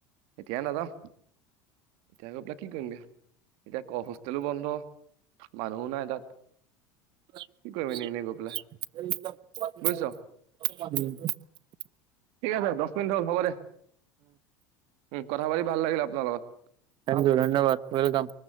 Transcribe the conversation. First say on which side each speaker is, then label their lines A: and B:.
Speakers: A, on the right (about 65°); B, on the right (about 50°).
A: এতিয় নাযাওঁ, এতিয়া গৈ পেলাই কি কৰিমগৈ এতিয়া ক হোষ্টেলো বন্ধ। মানুহ নাই তাত।
B: <unintelligible>
A: কি কৰিম এনে এনে গৈ পেলাই বুজিছ ঠিক আছে দছ মিনিট হ'ল হ'ব দে। উম, কথা পাতি ভাল লাগিল আপোনাৰ লগত।
B: অ ধন্যবাদ ৱেলকাম